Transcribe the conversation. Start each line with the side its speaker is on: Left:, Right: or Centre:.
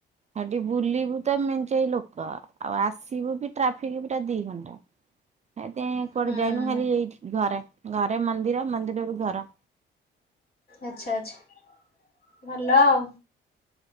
Right: ହେଠି ବୁଲିବୁ ତ ମେଞ୍ଚାଇ ଲୋକ ଆଉ ଆସ ଠିବୁ ଟ୍ରାଫିକ ପା ଦି ଘଣ୍ଟା ଏତ କୁଆଡେ
Left: ହୁଁ
Right: ଯାଇନୁ ଖାଲି ଏଇ ଘରେ। ଘରେ ମନ୍ଦିର ମନ୍ଦିରରୁୁ ଘର।
Left: ଆଚଛା ଆଛା ଭଲ ଆଉ।